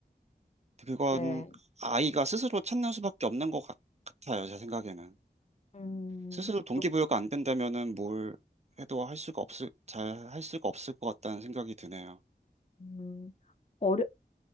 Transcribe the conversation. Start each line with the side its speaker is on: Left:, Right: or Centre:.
Right: 그건
Left: 네.
Right: 아이가 스스로 찾는 수밖에 없는 것 같- 같아요. 제 생각에는.
Left: 음,
Right: 스스로
Left: 그렇,
Right: 동기부여가 안 된다면은 뭘 해도 할 수가 없을, 잘 할 수가 없을 것 같다는 생각이 드네요.
Left: 음, 어